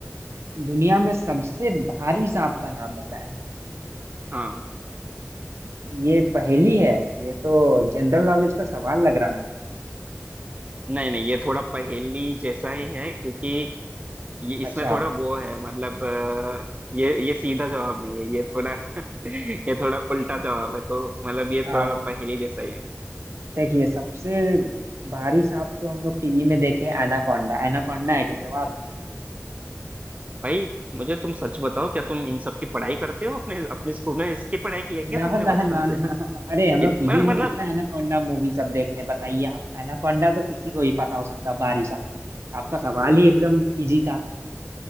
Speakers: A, on the right; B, on the right.
A: दुनिया में सबसे भारी सांप का नाम बताएं
B: हाँ
A: ये पहेली है ये तो जनरल नॉलेज का सवाल लग रहा मुझे
B: नहीं नहीं ये थोड़ा पहेली जैसा ही है क्योंकि ये
A: अच्छा
B: इसमें थोड़ा वो है मतलब आ, ये ये सीधा जवाब नहीं है ये थोड़ा <laughs> ये थोड़ा उल्टा जवाब है तो मतलब ये
A: आ,
B: थोड़ा पहेली जैसा ही है
A: देखिए सबसे भारी सांप तो हम लोग टीवी में देखे एनाकोंडा एनाकोंडा है क्या जवाब
B: भाई मुझे तुम सच बताओ क्या तुम इन सब की पढ़ाई करते हो अपने अपने स्कूल में इसकी पढ़ाई की है क्या
A: ना
B: तुमने
A: ना
B: बचपन
A: ना ना
B: से
A: अरे हम लोग
B: इत,
A: टीवी
B: मतलब
A: में कितना एनाकोंडा मूवी सब देखे हैं बताइए आप एनाकोंडा तो किसी को ही पता हो सकता है बारिश आपने आपका सवाल ही एकदम इजी था